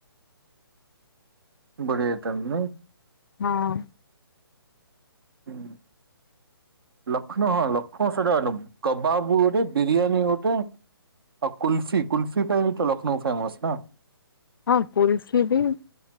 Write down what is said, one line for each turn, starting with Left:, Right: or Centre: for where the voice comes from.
Right: ବଢିଆ ହେଇଥାନ୍ତା ନାଇଁ।
Left: ହଁ।
Right: ହୁଁ। ଲଖନୌ ହଁ ଲଖନୌ ସେଟା ନବୁ କବାବ ଗୋଟେ ବିରିୟାନୀ ଗୋଟେ ଆଉ କୁଲ୍ଫୀ କୁଲ୍ଫୀ ପାଇଁ ତ ଲଖନୌ ଫେମସ ନା।
Left: ହଁ କୁଲ୍ଫି ପାଇଁ